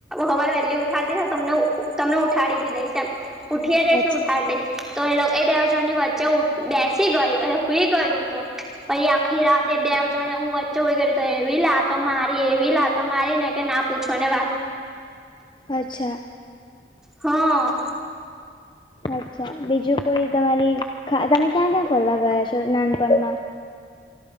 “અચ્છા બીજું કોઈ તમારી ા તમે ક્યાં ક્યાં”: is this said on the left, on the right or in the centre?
Left